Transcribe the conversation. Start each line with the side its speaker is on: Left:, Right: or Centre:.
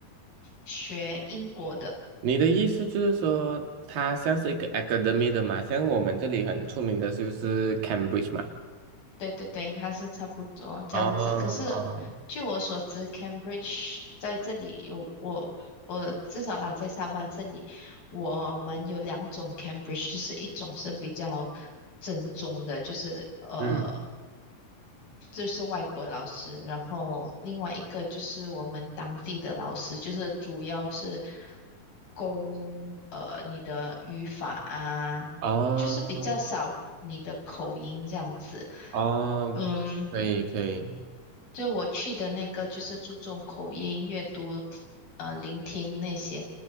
Left: 学英国的，
Right: 你的意思就是说，它像是一个 academy 的嘛，像我们这里很出名的就是 Cambridge 嘛。
Left: 对对对，他是差不多这样子。
Right: 哦
Left: 可是据我所知，Cambridge
Right: 哦，
Left: 在这里有我我至少啦，在沙巴这里，我们有两种 Cambridge，就是一种是比较正宗的，就是呃
Right: 嗯，
Left: 这是外国老师，然后另外一个就是我们当地的老师，就是主要是攻呃你的语法啊，
Right: 哦
Left: 就是比较少你的口音这样子。
Right: 哦，
Left: 嗯，
Right: 可以可以，
Left: 就我去的那个就是注重口音、阅读、呃聆听那些，